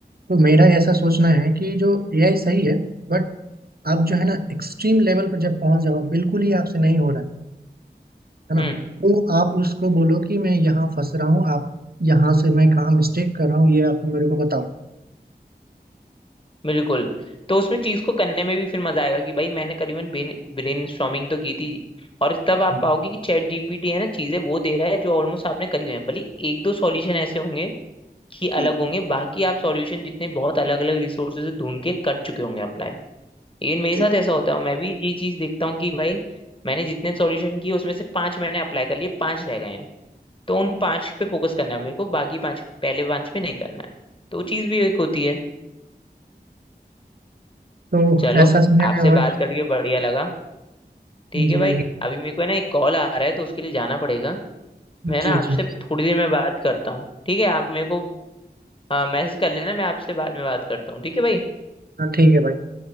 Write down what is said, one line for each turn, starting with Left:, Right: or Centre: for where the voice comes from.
Right: तो मेरा ऐसा सोचना है कि जो एआई सही है बट आप जो है ना एक्सट्रीम लेवल पर जब पहुंच जाओ बिल्कुल ही आपसे नहीं हो रहा है ना
Left: हम्म
Right: तो आप उसको बोलो कि मैं यहाँ फंस रहा हूँ आप यहाँ से मैं कहाँ मिस्टेक कर रहा हूँ ये आप मेरे को बताओ
Left: बिल्कुल तो उसमें चीज को करने में भी फिर मजा आएगा कि भाई मैंने करीबन ब्रेन स्टॉर्मिंग तो की थी और तब आप
Right: हम्म,
Left: पाओगे कि चैट जीपीटी है ना चीजें वो दे रहा है जो ऑलमोस्ट आपने करी हुई है भले एक दो सॉल्यूशन ऐसे होंगे कि अलग
Right: हम्म,
Left: होंगे बाकी आप सॉल्यूशन जितने बहुत अलग अलग रिसोर्सेज से ढूंढ के कर चुके होंगे अप्लाई लेकिन मेरे
Right: ठीक
Left: साथ ऐसा होता है और मैं भी ये चीज देखता हूँ कि भाई मैंने जितने सॉल्यूशन किए उसमें से पांच मैंने अप्लाई कर लिए पांच रह गए हैं तो उन पांच पे फोकस करना है मेरे को बाकी पांच पहले पांच पे नहीं करना है तो वो चीज भी एक होती है
Right: तो
Left: चलो
Right: ऐसा सिनेरियो
Left: आपसे
Right: है
Left: बात करके बढ़िया लगा ठीक
Right: जी
Left: है भाई अभी मेरे को ना एक कॉल आ रहा है तो उसके लिए जाना पड़ेगा मैं
Right: जी
Left: ना आपसे
Right: जी
Left: थोड़ी देर में बात करता हूँ ठीक है आप मेरे को मैसेज कर लेना मैं आपसे बाद में बात करता हूँ ठीक है भाई
Right: हाँ ठीक है भाई